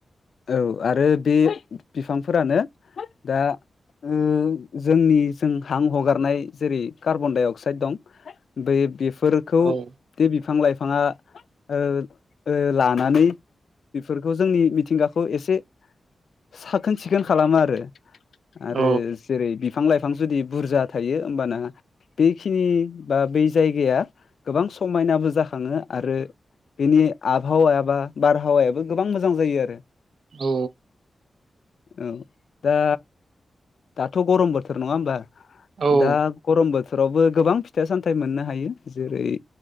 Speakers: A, on the left; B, on the right.
A: औ आरो बे बिफांफोरानो दा ओ जोंनि जों हां हगारनाय जेरै कार्बन डाइ अक्साइद दं बै बेफोरखौ
B: औ
A: बे बिफां लाइफांङा ओ ओ लानानै बेफोरखौ जोंनि मिथिंगाखौ एसे साखोन सिखोन खालामो आरो आरो
B: औ
A: जेरै बिफां लाइ फां जुदि बुरजा थायो होमबा ना बेखिनि बा बै जायगाया गोबां समायनाबो जाखांङो आरो बेनि आबहावाया बा बारहावायाबो गोबां मोजां जायो आरो
B: औ
A: औ दा दाथ' गरम बोथोर नंङा होमबा
B: औ
A: दा गरम बो थोरावबो गोबां फिथाइ सामथाइ मोननो हायो जेरै